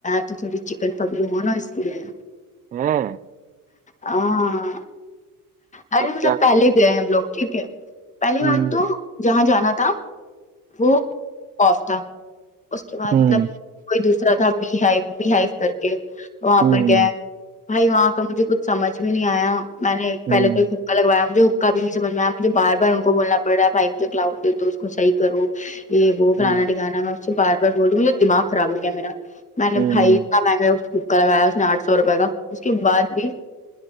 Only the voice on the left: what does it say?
تو تھوڑی چکن پاگلو ہو نا اسلئیے
ہاں ارے
مطلب پہلے گئے ہیں ہم لوگ ٹھیک ہے پہلی
بات تو جہاں جانا تھا وہ آف تھا اس کے بعد
مطلب کوئی دوسرا تھا بی ہائی بی ہائیف کر کے وہاں
پر گیا بھائی وہاں کا مجھے کچھ سمجھ بھی نہیں آیا میں نے پہلے
تو ایک حکا لگایا مجھے کبھی نہیں سمج میں آ مجھے بار بار ان کو بولنا پڑا ہے بھائی کلاؤڈ دی دو اس کو صحیح کرو یہ وہ فلانا
ڈھیمکانا میں اس سے بار بار بول رہ ہوں مے دماغ خراب ہو گیا میرا میں نے
بھائی اتنا میں نے کوکا لگایا اس نے آٹھ سو روپے کا اس کے بعد بھی